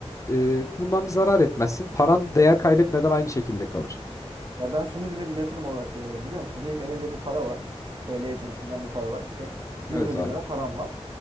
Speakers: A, on the left; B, on the right.
A: e, bundan bir zarar etmezsin. Paran değer kaybetmeden aynı şekilde kalır.
B: Ya ben şunu bile bir yatırım olarak görüyorum biliyor musun? Diyelim elinde bir para var. TL cinsinden bir para var. İşte 20
A: Evet abi.
B: bin lira param var.